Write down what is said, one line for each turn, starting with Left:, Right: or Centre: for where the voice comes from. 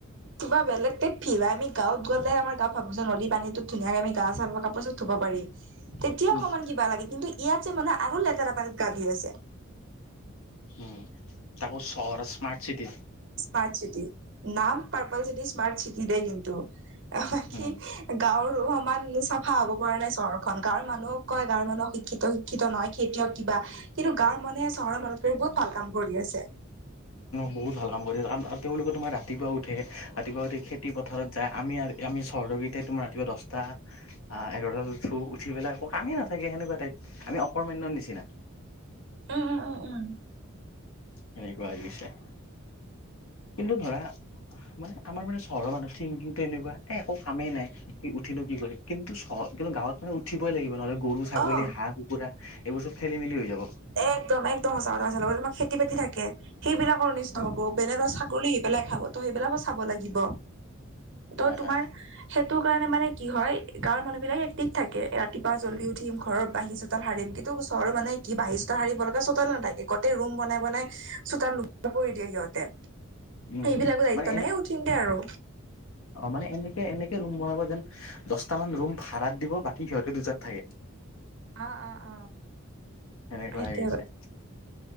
Right: কিবা বেলেগটে ফিল হয়, আমি গাওঁত গ'লে আমাৰ গা ভাবো নদী পানীত ধুনীয়াকে আমি গা, কাপোৰত, ধুব পাৰি। তেতিয়া
Left: উম
Right: অকনমান কিবা লাগে, কিন্তু ইয়াত যে মানে আৰু লেতেৰা পানীত গা ধুই আছে।
Left: উম, তাকো চহৰত স্মাৰ্ট চিটি
Right: স্মাৰ্ট চিটি, নাম পাৰ্পল চিটি স্মাৰ্ট চিটি দেই কিন্তু, বাকি
Left: উম
Right: গাঁৱৰো দুঘৰ মান চাফা হ'ব পৰা নাই, চহৰখন গাঁৱৰ মানুহক কয়, গাঁৱৰ মানুহক শিক্ষিত- শিক্ষিত নহয় খেতিয়ক কিবা কিন্তু গাঁৱৰ মানুহে চহৰৰ মানুহতকৈ বহুত ভাল কাম কৰি আছে।
Left: বহুত ভাল কাম কৰি কাৰ আৰু তেওঁলোকে তোমাৰ ৰাতিপুৱা উঠে, ৰাতিপুৱা উঠি খেতি পথাৰত যায় আমি আৰু আমি চহৰিতে তোমাৰ ৰাতিপুৱা দহটা এঘাৰটাত উঠো, উঠি পেলাই আকৌ কামেই নাথাকে, সেনেকুৱা টাইপ, আমি অকৰ্মমানণ্যয়ৰ নিচিনা।
Right: উম, উম, উম, উম, উম,
Left: সেনেকোৱা হৈ গৈছে। কিন্তু ধৰা
Right: উ
Left: মানে আমাৰ মানে চহৰৰ মানুহ থিংকিংটো এনেকুৱা এ, একো কামেই নাই, উঠিনো কি কৰিম? কিন্তু চহৰত, কিন্তু গাঁৱত মানে উঠিবই লাগিব নহ'লে গৰু ছাগলী,
Right: অ
Left: হাঁহ, কুকুৰা, এইবোৰ চ'ব খেলি-মেলি হৈ যাব।
Right: একদম, একদম সঁচা কথা হাৰ লগতে তোমাক খেতি বাতি থাকে সেইবিলাকৰ অনিষ্ট
Left: উম
Right: হ'ব বেলেগৰ <inaudible> পেলাই খাব ত, সেইবিলাকো চাব লাগিব ত,
Left: হয়
Right: তোমাৰ
Left: হয়
Right: সেইটো কাৰণে মানে কি হয়, গাঁৱৰ মানুহ বিলিলাক এক্টিভ থাকে ৰাতিপুৱা জলদি উঠিম, ঘৰৰ বাহি চো হাৰিম, কিন্তু চহৰৰ মানুহে কি বাহিচটা, সাৰিব লগা চোতাল নাথাকে গোতেই ৰুম বনাই, বনাই চোতাল ল, কৰি দিয়ে সিহঁতে।
Left: উম
Right: সেইবিলাকো দায়িত্ব
Left: মানে এনে
Right: নাই, হে, উঠিম দে আৰু।
Left: অ, মানে এনেকে-এনেকে ৰুম বনাব যেন, দহটামান ৰুম ভাড়াত দিব বাকী সিহঁতে দুটাত থাকে।
Right: অ, অ, অ,
Left: সেনেকুৱা
Right: সেইটোৱে
Left: হৈ গৈছে।